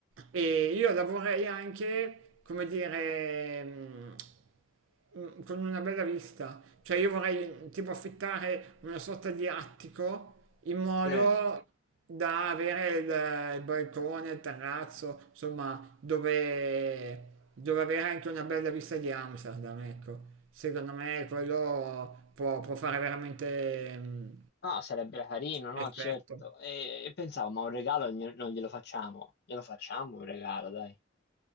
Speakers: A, on the right; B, on the left.
A: e io lavorerei anche, come dire, mm, mm, con una bella vista, cioè io vorrei tipo affittare una sorta di attico in modo
B: Sì.
A: da avere il, il balcone, il terrazzo, insomma, dove, dove avere anche una bella vista di Amsterdam, ecco. Secondo me quello può, può fare veramente mm,
B: No, sarebbe carino, no,
A: effetto.
B: certo. E, e pensavo, ma un regalo gn- non glielo facciamo? Glielo facciamo un regalo, dai.